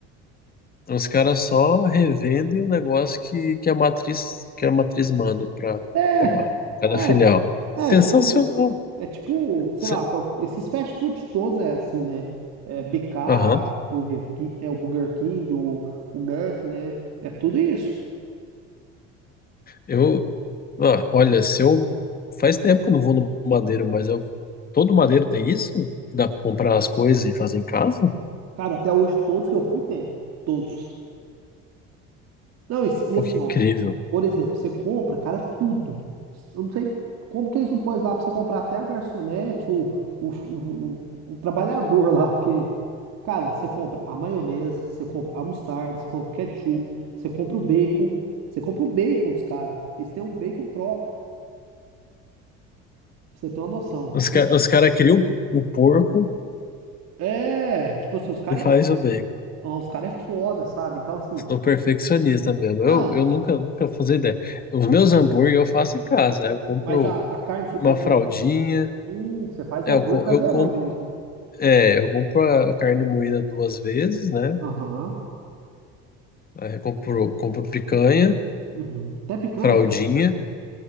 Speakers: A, on the left (about 30°); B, on the right (about 60°).
A: Os caras só revendem o negócio que, que a matriz que a matriz manda para
B: É,
A: para cada
B: é,
A: filial.
B: é,
A: Sensacional.
B: tipo, é tipo, sei
A: Se-
B: lá, qual- esses fast food todos é assim, né? É BK,
A: Aham.
B: Burger King, é o Burger King, o, o Mac, né? É tudo isso.
A: Eu, ah, olha, se eu faz tempo que eu não vou no Madeiro, mas eu todo Madeiro tem isso? Que dá para comprar as coisas e fazer em casa?
B: Cara, até hoje todos que eu fui tem, todos. Não, isso- e
A: Pô,
B: assim,
A: que
B: ó,
A: incrível.
B: por exemplo, você compra, cara, tudo. Eu não sei como que eles não põem lá pra você comprar até a garçonete, o, o, o, o- o trabalhador lá, porque, cara, você compra a maionese, você compra a mostarda, você compra o ketchup, você compra o bacon, você compra o bacon dos caras. Eles têm um bacon próprio, pra você ter uma noção.
A: Os, ca- os caras criam o porco
B: É, tipo assim, os caras
A: e faz
B: é,
A: o bacon.
B: ó, os cara é foda, sabe? Então, assim,
A: Estou perfeccionista mesmo.
B: não,
A: Eu, eu nunca, nunca fazia ideia. Os meus hambúrguer eu faço em casa. Eu compro
B: mas a, a carne você
A: uma
B: compra
A: fraldinha,
B: um, hum, você faz
A: É,
B: um hambúrguer
A: eu, co-
B: caseirão
A: eu, com-
B: mesmo.
A: é, eu compro a carne moída duas vezes, né?
B: Aham.
A: Aí eu compro, compro picanha,
B: Uhum. Até picanha?
A: fraldinha.